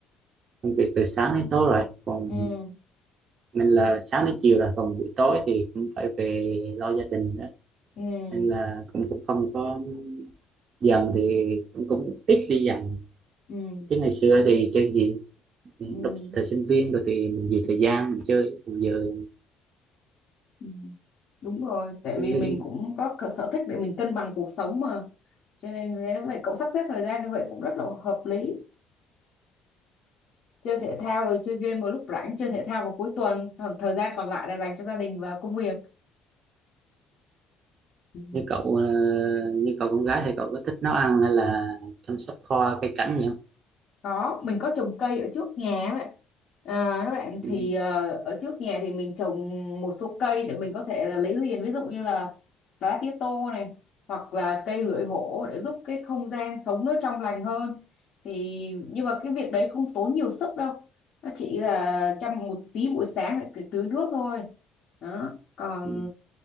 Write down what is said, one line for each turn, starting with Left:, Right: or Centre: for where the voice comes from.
Right: công việc từ sáng đến tối rồi còn
Left: ừ,
Right: nên là sáng đến chiều rồi còn buổi tối thì cũng phải về lo gia đình đó
Left: ừ,
Right: nên là cũng cũng không có dần thì cũng cũng ít đi dần
Left: ừ,
Right: chứ ngày xưa thì chơi gì
Left: ừ,
Right: lúc thời sinh viên rồi thì mình vì thời gian mình chơi còn giờ
Left: ừ. Đúng rồi, tại
Right: như,
Left: vì mình cũng có cái sở thích để mình cân bằng cuộc sống mà. Cho nên thế vậy cậu sắp xếp thời gian như vậy cũng rất là hợp lý. Chơi thể thao rồi chơi game vào lúc rảnh, chơi thể thao vào cuối tuần, còn thời gian còn lại là dành cho gia đình và công việc. Ừ.
Right: như cậu à, như cậu con gái thì cậu có thích nấu ăn hay là chăm sóc hoa cây cảnh gì không
Left: có mình có trồng cây ở trước nhà ấy bạn à, các bạn thì
Right: Ừ.
Left: ờ, ở trước nhà thì mình trồng một số cây để mình có thể là lấy liền ví dụ như là lá tía tô này hoặc là cây lưỡi hổ để giúp cái không gian sống nó trong lành hơn thì nhưng mà cái việc đấy không tốn nhiều sức đâu nó chỉ là chăm một tí buổi sáng phải cứ tưới nước thôi đó còn
Right: ừ.